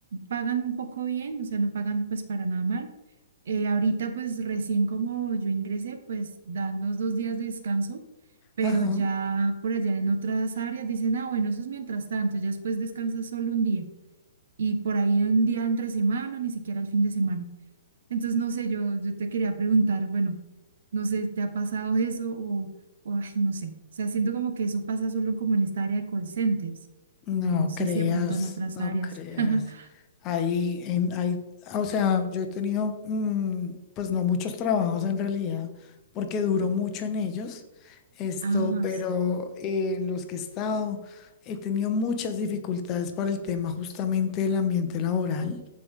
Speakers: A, on the right; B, on the left.
A: pagan un poco bien, o sea, no pagan pues para nada mal. Eh, ahorita pues recién como yo ingresé, pues dan los dos días de descanso, pero
B: Ajá.
A: ya por allá en otras áreas dicen, ah, bueno, eso es mientras tanto, ya después descansas solo un día. Y por ahí un día entre semana, ni siquiera el fin de semana. Entonces, no sé, yo, yo te quería preguntar, bueno, no sé, ¿te ha pasado eso o, o, ay, no sé? O sea, siento como que eso pasa solo como en esta área de call centers.
B: No
A: No, no sé
B: creas,
A: si de pronto en otras
B: no
A: áreas.
B: creas.
A: <laughs>
B: Ahí, en, ahí, o sea, yo he tenido, mm, pues no muchos trabajos en realidad, porque duró mucho en ellos, esto,
A: Ah,
B: pero
A: s-
B: eh, en los que he estado he tenido muchas dificultades por el tema justamente del ambiente laboral.